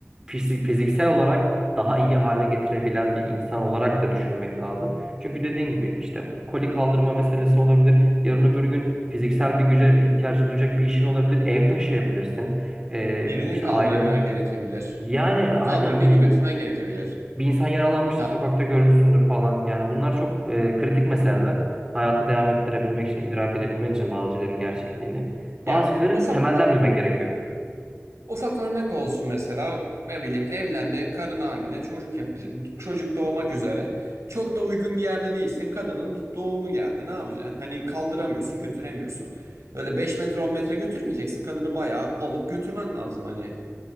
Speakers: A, on the right; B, on the right.
A: fizi- fiziksel olarak daha iyi hale getirebilen bir insan olarak da düşünmek lazım. Çünkü dediğin gibi işte koli kaldırma meselesi olabilir. Yarın öbür gün fiziksel bir güce ihtiyacı duyacak bir işin olabilir. Ev taşıyabilirsin. E,
B: Birini
A: işte
B: kaldırman
A: ailen
B: gerekebilir.
A: yani aynen
B: Kaldırıp
A: hani
B: birini götürmen gerekebilir.
A: bir insan yaralanmıştır,
B: Ya,
A: sokakta görmüşsündür falan. Yani bunlar çok e, kritik meseleler. Hayatı devam ettirebilmek için, idrak edebilmek için bazı şeylerin gerçekliğini.
B: ya
A: Bazı şeyleri
B: ufak
A: temelden
B: o,
A: bilmek gerekiyor.
B: ufak örnek olsun mesela ne bileyim evlendiğin karın hamile çocuk yapacak çocuk doğmak üzere çok da uygun bir yerde değilsin kadının doğumu geldi ne yapacaksın hani kaldıramıyorsun götüremiyorsun böyle 5 metre 10 metre götürmeyeceksin kadını bayağı alıp götürmen lazım hani